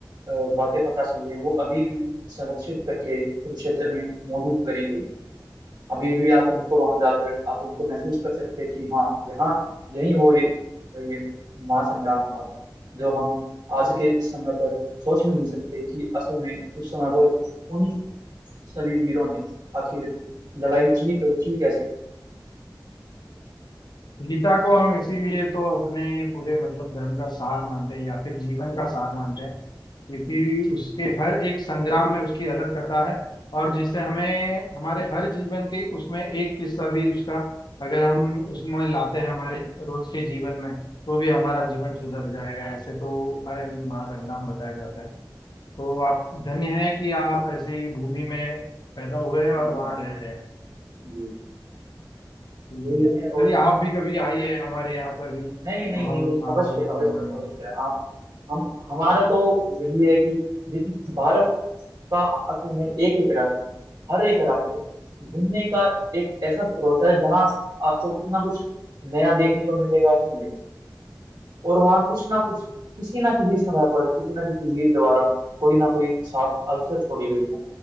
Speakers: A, on the right; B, on the left.
A: अ, बातें पता चली हैं वो अभी भी संरक्षित करके कुरुक्षेत्र में मौजूद करी गई अभी भी आप उनको वहां जाकर आप उनको महसूस कर सकते हैं कि हाँ यहाँ यही वो ये ये महासंग्राम हुआ था जो हम आज के समय पर सोच भी नहीं सकते कि असल में उस समय पर उन सभी वीरों ने आखिर लड़ाई की तो की कैसे
B: गीता को हम इसीलिए तो अपने पूरे मतलब धर्म का सार मानते हैं या फिर जीवन का सार मानते हैं क्योंकि
A: जी
B: उसके हर एक संग्राम में उसकी अलग कथा है और जिससे हमें हमारे हर जीवन के उसमें एक किस्सा भी उसका अगर हम उसमें लाते हैं हमारे रोज के जीवन में तो भी हमारा जीवन सुधर जाएगा ऐसे तो हर हिंदू महासंग्राम बताया जाता है तो आप धन्य है कि आप ऐसी भूमि में पैदा हुए और
A: जी
B: वहां
A: जी
B: रह रहे हैं
A: जी,
B: ठीक
A: यही
B: है
A: है और
B: चलिए आप भी कभी आइए हमारे यहाँ पर भी
A: नहीं नहीं
B: तो हम
A: नहीं नहीं अवश्य
B: आपको घुमाएंगे
A: अवश्य अवश्य आप हम हमारा तो यही है कि जित भारत का असल में एक एक राज्य है। हर एक राज्य घूमने का एक ऐसा स्रोत है जहाँ आपको कुछ ना कुछ नया देखने को मिलेगा ही मिलेगा और वहां कुछ ना कुछ किसी ना किसी समय पर किसी ना किसी वीर द्वारा कोई ना कोई छाप अवश्य छोड़ी गई है